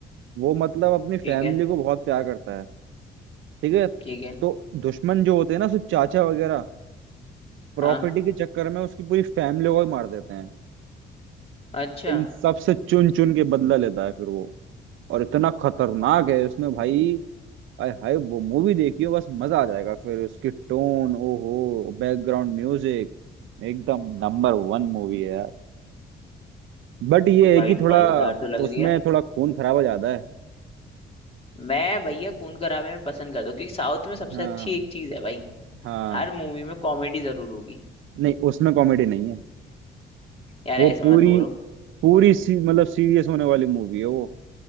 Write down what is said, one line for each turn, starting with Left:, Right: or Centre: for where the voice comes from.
Right: वो मतलब अपनी फैमिली
Left: ठीक है
Right: को बहुत प्यार करता है ठीक है
Left: ठीक है
Right: तो दुश्मन जो होते हैं ना उसके चाचा वगैरह प्रॉपर्टी
Left: हाँ
Right: के चक्कर में उसकी पूरी फैमिली को ही मार देते हैं
Left: अच्छा
Right: उन सबसे चुन चुन के बदला लेता है फिर वो और इतना खतरनाक है उसमें भाई आय हाय वो मूवी देखियो बस मजा आ जाएगा फिर उसकी टोन ओहो बैकग्राउंड म्यूजिक एकदम नंबर वन मूवी है यार बट ये
Left: भाई
Right: है कि थोड़ा
Left: मजेदार तो लग
Right: उसमें
Left: रही है
Right: थोड़ा खून खराबा ज्यादा है
Left: मैं भैया खून खराबे में पसंद करता हूँ क्योंकि साउथ में सबसे
Right: हाँ
Left: अच्छी एक चीज है भाई
Right: हाँ
Left: हर मूवी में कॉमेडी जरूर होगी
Right: नहीं उसमें कॉमेडी नहीं है
Left: यार
Right: वो
Left: ऐसा
Right: पूरी
Left: मत बोलो
Right: पूरी सी, मतलब सीरियस होने वाली मूवी है वो